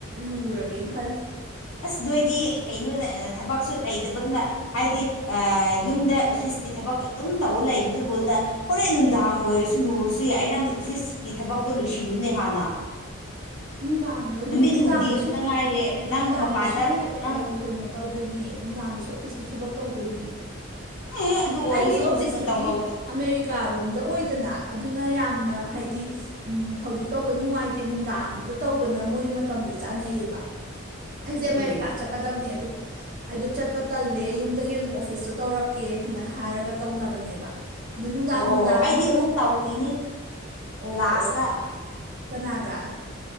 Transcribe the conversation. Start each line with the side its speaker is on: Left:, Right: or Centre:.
Right: ꯂꯨꯔꯒꯦꯅ ꯈꯜꯂꯤ
Left: ꯑꯁ ꯅꯣꯏꯗꯤ ꯀꯩꯅꯣꯅꯦ ꯊꯕꯛꯁꯨ ꯂꯩꯇꯕꯗꯨꯅ ꯍꯥꯏꯗꯤ ꯑ ꯌꯨꯝꯗ ꯑꯣꯐꯤꯁꯀꯤ ꯊꯕꯛ ꯑꯗꯨꯝ ꯇꯧ ꯂꯩꯕꯗꯨꯕꯨꯅ ꯍꯣꯔꯦꯟ ꯅꯨꯡꯗꯥꯡ ꯑꯣꯏꯔꯁꯨ ꯂꯨꯔꯁꯨ ꯌꯥꯏ ꯅꯪꯒꯤ ꯑꯣꯐꯤꯁꯀꯤ ꯊꯕꯛꯇꯣ ꯂꯣꯏꯁꯤꯜꯂꯨꯅꯦ ꯍꯥꯟꯅ
Right: ꯅꯨꯡꯗꯥꯡꯗ
Left: ꯅꯨꯃꯤꯠ
Right: ꯅꯨꯡꯗꯥꯡꯗꯁꯨ
Left: ꯍꯨꯝꯅꯤ ꯈꯛꯇ ꯉꯥꯏꯔꯦ
Right: ꯎ
Left: ꯅꯪ
Right: ꯅꯨꯡꯗꯥꯡꯗꯁꯨ
Left: ꯃꯄꯥꯟꯗ
Right: ꯁꯨ
Left: ꯅꯪ
Right: ꯀꯩꯅꯣ ꯇꯧꯗꯣꯏꯅꯦ ꯅꯨꯡꯗꯥꯡꯗꯁꯨ ꯑꯣꯐꯤꯁꯀꯤ ꯊꯕꯛ ꯇꯧꯗꯣꯏꯅꯤ
Left: ꯑꯦ ꯑꯗꯨ ꯑꯣꯏꯔꯁꯨ
Right: ꯑꯩꯒꯤ ꯑꯣꯐꯤꯁꯇꯨꯗꯤ
Left: ꯍꯧꯖꯤꯛꯅ ꯇꯧꯍꯧꯔ
Right: ꯑꯃꯦꯔꯤꯀꯥꯔꯣꯝꯗ ꯑꯣꯏꯗꯅ ꯑꯗꯨꯅ ꯌꯥꯝꯅ ꯍꯥꯏꯗꯤ ꯎꯝ ꯍꯧꯖꯤꯛ ꯇꯧꯕꯗꯣ ꯅꯨꯡꯉꯥꯏꯇꯦ ꯅꯨꯡꯗꯥꯡꯗ ꯇꯧꯕꯅ ꯃꯣꯏ ꯃꯇꯝꯗ ꯆꯥꯅꯩꯌꯦꯕ ꯑꯩꯁꯦ
Left: ꯎꯝ
Right: ꯑꯃꯦꯔꯤꯀꯥ
Left: ꯎꯝ
Right: ꯆꯠꯀꯗꯝꯕꯅꯦ ꯑꯗꯣ ꯑꯩꯗꯣ ꯆꯠꯄ ꯇꯜꯂꯦ ꯌꯨꯝꯗꯒꯤ ꯑꯗꯨꯝ ꯑꯣꯐꯤꯁꯇꯣ ꯇꯧꯔꯛ ꯀꯦ ꯍꯥꯏꯅ ꯍꯥꯏꯔꯒ ꯇꯧꯅꯕꯅꯦꯕ ꯑꯗꯣ ꯅꯨꯡꯗꯥꯡ
Left: ꯑꯣ
Right: ꯅꯨꯡꯗꯥꯡ
Left: ꯑꯣ ꯑꯩꯗꯤ ꯑꯃꯨꯛ ꯇꯧꯈꯤꯅꯤ
Right: ꯑꯣ
Left: ꯂꯥꯁꯇ
Right: ꯑꯣ ꯑꯣ ꯀꯅꯥꯗ